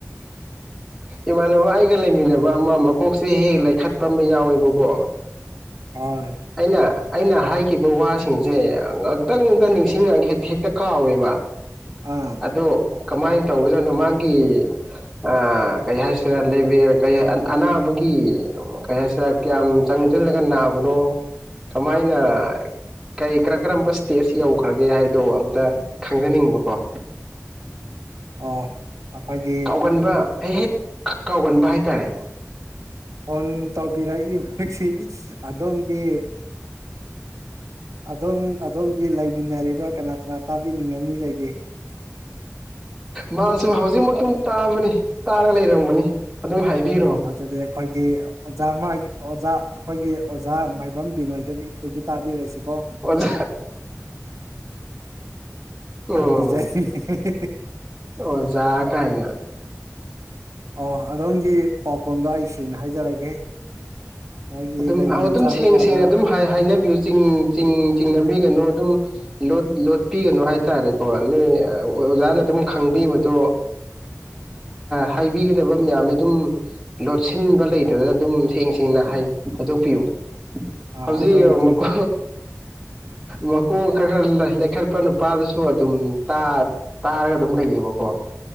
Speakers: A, in the centre; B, on the right.
A: ꯏꯃꯥꯟꯅꯕ ꯑꯩꯒ ꯂꯩꯃꯤꯟꯅꯕ ꯑꯃ ꯃꯀꯣꯛꯁꯦ ꯂꯩꯥꯏꯈꯠꯄ ꯑꯃ ꯌꯥꯎꯋꯦꯕꯀꯣ
B: ꯍꯣꯏ
A: ꯑꯩꯅ ꯑꯩꯅ ꯍꯥꯏꯈꯤꯕ ꯋꯥꯁꯤꯡꯁꯦ ꯉꯥꯛꯇꯪꯇ ꯅꯤꯡꯁꯤꯡꯉ ꯍꯦꯛꯇ ꯍꯦꯛꯇ ꯀꯥꯎꯋꯦꯕ <unintelligible>
B: ꯑꯥ
A: ꯑꯗꯣ ꯀꯃꯥꯏꯅ ꯇꯧꯕꯗꯅꯣꯃꯒꯤ ꯑ ꯀꯩ ꯍꯥꯏꯁꯤꯔꯥ ꯂꯩꯕ ꯌꯥꯏ ꯀꯩ ꯑ ꯑꯅꯥꯕꯒꯤ ꯀꯩ ꯍꯥꯏꯁꯤꯔꯥ ꯀꯌꯥꯝ ꯆꯪꯁꯤꯜꯂꯒ ꯅꯥꯕꯅꯣ ꯀꯃꯥꯏꯅ ꯀꯩ ꯀꯔꯝ ꯀꯔꯝꯕ ꯏꯁꯇꯦꯖ ꯌꯧꯈ꯭ꯔꯒꯦ ꯍꯥꯏꯗꯣ ꯑꯝꯇ ꯈꯪꯖꯅꯤꯡꯕꯀꯣ
B: ꯑ ꯑꯩꯈꯣꯏꯒꯤ
A: ꯀꯥꯎꯒꯟꯕ ꯍꯦꯛ ꯍꯦꯛ ꯀꯥꯎꯒꯟꯕ ꯍꯥꯏꯇꯥꯔꯦ
B: ꯐꯣꯟ ꯇꯧꯕꯤꯔꯛꯏꯕꯁꯤ ꯑꯗꯣꯝꯒꯤ ꯑꯗꯣꯝ ꯑꯗꯣꯝꯒꯤ ꯂꯩꯃꯤꯟꯅꯔꯤꯕ ꯀꯅꯥ ꯀꯅꯥ ꯇꯥꯕꯤꯅꯤꯡꯉ ꯃꯤ ꯂꯩꯒꯦ
A: ꯃꯥꯁꯨ ꯍꯧꯖꯤꯛꯃꯛ ꯇꯥꯕꯅꯤ ꯇꯥꯔ ꯂꯩꯔꯝꯒꯅꯤ ꯑꯗꯨꯝ ꯍꯥꯏꯕꯤꯔꯣ
B: ꯑꯣ ꯑꯗꯨꯗꯤ ꯑꯩꯈꯣꯏꯒꯤ ꯑꯣꯖꯥ ꯑꯃꯒꯤ ꯑꯣꯖꯥ ꯑꯩꯈꯣꯏꯒꯤ ꯑꯣꯖꯥ ꯃꯥꯏꯕꯝ ꯕꯤꯅꯣꯏꯗꯅꯤꯒꯤ ꯇꯥꯕꯤꯔꯛꯏꯁꯤꯀꯣ
A: ꯑꯣꯖꯥ ꯑꯣ
B: <unintelligible>
A: ꯑꯣꯖꯥ ꯀꯥꯏꯅ
B: ꯑꯣ ꯑꯗꯣꯝꯒꯤ ꯄꯥꯎꯈꯨꯝꯗꯣ ꯑꯩ ꯁꯦꯡꯅ ꯍꯥꯏꯖꯔꯒꯦ ꯃꯥꯒꯤ
A: ꯑꯗꯨꯝ
B: ꯂꯩꯃꯤꯟ
A: ꯑꯗꯨꯝ
B: ꯆꯥꯃꯤꯟꯅꯕ
A: ꯁꯦꯡ ꯁꯦꯡꯅ ꯑꯗꯨꯝ ꯍꯥꯏꯅꯕꯤꯌꯨ ꯆꯤꯡ ꯆꯤꯡ ꯆꯤꯡꯅꯕꯤꯒꯅꯨ ꯑꯗꯨꯝ ꯂꯣꯠ ꯂꯣꯠ ꯂꯣꯠꯄꯤꯒꯅꯨ ꯍꯥꯏꯇꯥꯔꯦꯀꯣ ꯅꯣꯏ ꯑꯣꯖꯥꯅ ꯑꯗꯨꯝ ꯈꯪꯕꯤꯕꯗꯣ ꯍꯥꯏꯕꯤꯒꯗꯕ ꯃꯌꯥꯝꯗꯨ ꯑꯗꯨꯝ ꯂꯣꯠꯁꯤꯟꯕ ꯂꯩꯇꯗꯅ ꯑꯗꯨꯝ ꯁꯦꯡ ꯁꯦꯡꯅ ꯍꯥꯏꯗꯣꯛꯄꯤꯌꯨ꯫
B: ꯑꯥ
A: ꯍꯧꯥꯎꯖꯤ
B: ꯑꯗꯣꯝꯒꯤ
A: ꯃꯀꯨ ꯃꯀꯨ ꯀꯔ ꯈ ꯄꯈꯠꯄ ꯅꯨꯄꯥꯗꯨꯁꯨ ꯑꯗꯨꯝ ꯇꯥ ꯇꯥꯔꯒ ꯑꯗꯨꯝ ꯂꯩꯌꯦꯕꯀꯣ